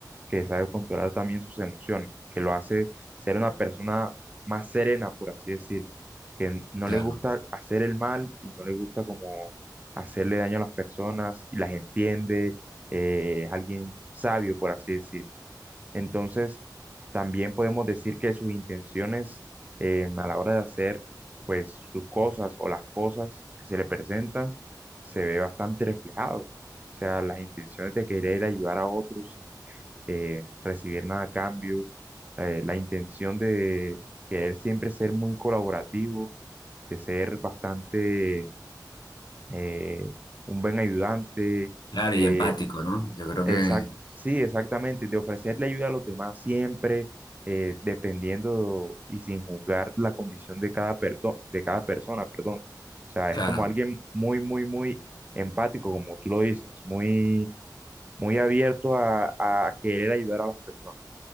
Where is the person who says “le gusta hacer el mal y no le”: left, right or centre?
Right